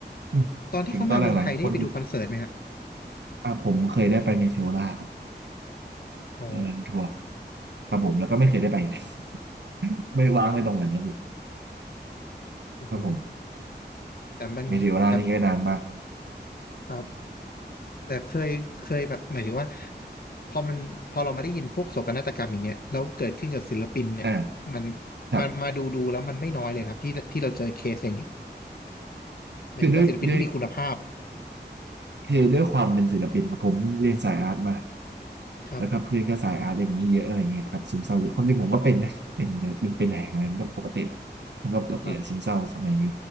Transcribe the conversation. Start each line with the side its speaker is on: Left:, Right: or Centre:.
Right: อืมถึงตอนหลังๆคน
Left: ตอนที่เขามาเมืองไทยได้ไปดูคอนเสิร์ตไหมครับ
Right: อ่าผมเคยได้ไปเนเทโอล่าครับ
Left: อ๋อ
Right: ตอนนั้นทัวร์ครับผมแล้วก็ไม่เคยได้ไปอีก <laughs> ไม่ว่างไม่ตรงกันนะดิ
Left: โอ้โห
Right: ครับผม
Left: แต่มันแต่
Right: เนเทโอล่านี่ก็นานมาก
Left: ครับแต่เคยเคยแบบหมายถึงว่าพอมันพอเรามาได้ยินพวกโศกนาฏกรรมอย่างเงี้ยแล้วเกิดขึ้นกับศิลปินเนี่ยมัน
Right: อ่าครับ
Left: มามาดูดูแล้วมันไม่น้อยเลยนะครับที่ที่เราเจอเคสอย่างเงี้ยหมายถึงว่าศิลปินที่มีคุณภาพ
Right: คือด้วยด้วยคือด้วยความเป็นศิลปินครับผมเรียนสายอาร์ตมา
Left: ครับ
Right: แล้วครับเพื่อนก็สายอาร์ตอย่างนี้เยอะอะไรเงี้ยครับซึมเศร้าเยอะความจริงผมก็เป็นนะเป็นเป็นเป็นแหงอะไรมันก็ปกติแหละมันก็ปกติอะซึมเศร้าสมัยนี้
Left: ครับ